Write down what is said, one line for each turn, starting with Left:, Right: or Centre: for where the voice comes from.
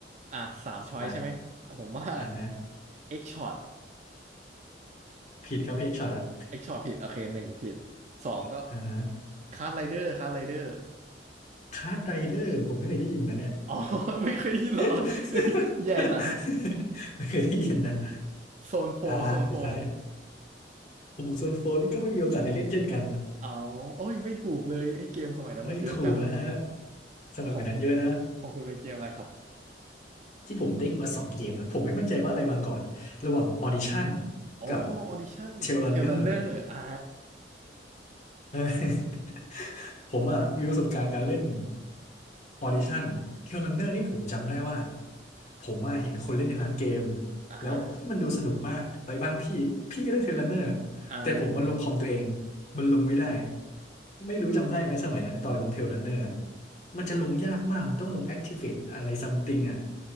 Right: อ่ะสามช้อยใช่ไหมอ่ะผมว่า
Left: มาอ่าฮะ
Right: X shot
Left: ผิดครับเฮกช็อตอะ <laughs>
Right: X shot ผิดโอเคหนึ่งผิดสองก็
Left: อ่าฮะ
Right: คาร์ d ไรเดอร์ <laughs> คาร์ d ไรเดอร์
Left: คาร์ดไรเดอร์ผมไม่เคยได้ยินนะเนี่ย
Right: อ๋อ <laughs> ไม่เคยได้ยินเหรอเฮ้ยแย่จัง
Left: <laughs> ไม่เคยได้ยินนะ
Right: โซนโฟโซนโฟ
Left: อ่าสุดท้ายโอ้โหส่วนโฟนนี่ก็ไม่มีโอกาสได้เล่นเช่นกัน
Right: เอาโอ้ยไม่ถูกเลยไอ้เกมสมัยนั้นมันเยอะจัง
Left: ไม่ถูกนะฮะสมัยนั้นเยอะนะ
Right: ของของคุณเป็นเกมอะไรครับ
Left: ที่ผมเด้งมาสองเกมนะผมไม่มั่นใจว่าอะไรมาก่อนระหว่าง Audition
Right: อ๋อออดิชั่นเทล
Left: กับ Tail Runner
Right: l ันเนอร์อ่า
Left: เออ <laughs> ผมอ่ะมีประสบการณ์การเล่นออดิชั่นเทรลรันเนอร์นี่ผมจำได้ว่าผมอะเห็นคนเล่นในร้านเกม
Right: อ่าฮะ
Left: แล้วเฮ้ยมันดูสนุกมากไปบ้านพี่พี่ก็เล่นเทรลรันเนอร์
Right: อ่า
Left: แต่ผมมันลงคอมตัวเองมันลงไม่ได้ไม่รู้จำได้ไหมสมัยนั้นตอนลงเทรลรันเนอร์มันจะลงยากมากมันต้องลง Activate อะไรซัมติงอ่ะ